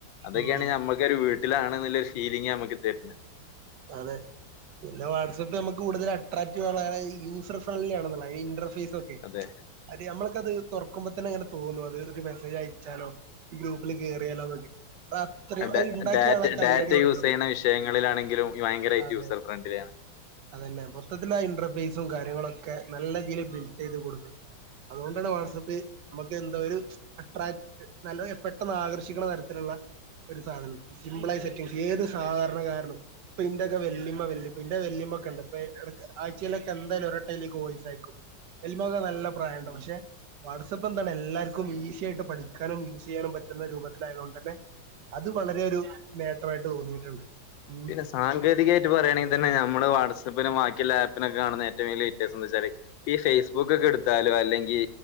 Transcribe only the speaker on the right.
ഉം
അതെ പിന്നെവാട്സാപ്പ് നമുക്ക് കൂടുതൽ അട്രാക്ടീവ് ആകാനുള്ള കാരണം യൂസർ ഫ്രണ്ട്ലി ആണല്ല അതിന് ഇന്റർഫേസ്-
അതേ ഞമ്മൾക്കത് തുറക്കുമ്പോ തന്നെ അങ്ങനെ തോന്നുന്നു അത് ഒരു മെസ്സേജ് അയച്ചാലോ ഗ്രൂപ്പില് കയറിയാലോന്നൊക്കെ അ അത്രയുംത്
ഉണ്ടാക്കിയ
ആളെ കയ്യടി
കൊടുക്കണം.
അതെ
അതന്നെ മൊത്തത്തിൽ ആ ഇന്റർഫേസും കാര്യങ്ങളുംഒക്കെ നല്ല രീതിയിൽ ബിൽട്ട് ചെയ്ത് കൊടുന്നു അതുകൊണ്ടാണ് വാട്സആപ്പ് നമുക്ക് എന്താ ഒരു അട്രാക് നല്ല പെട്ടെന്ന് ആകർഷിക്കണ തരത്തിലുള്ള. ഒരു സാധനം സിമ്പിളായി സെറ്റിംഗസ് ഏത് സാധാരണ കാരനും ഇപ്പ ഇന്റെയക്കെ വല്യമ്മ വല് ഇന്റെ വല്യമ്മൊ ഒക്കെണ്ട്പ്പ ഇട ആഴ്ചയിലൊെ എന്തായാലും ഒരുവട്ടെ എങ്കിലും എനിക്ക് വോയിസ് അയി ക്കും വെല്ലിമ്മക്കൊക്കെ നല്ല പ്രായംണ്ട് പക്ഷെ വാട്സ്ആപ്പ് എന്താണ് എല്ലർക്കും ഈസിയായിട്ട് പഠിക്കാനും യൂസ് ചെയ്യാനും പറ്റുന്ന രൂപത്തിലായത് കൊണ്ട് തന്നെ അത് വളരെ ഒരു നേട്ടമായിട്ട് തോന്നിയിട്ടുണ്ട് ഉ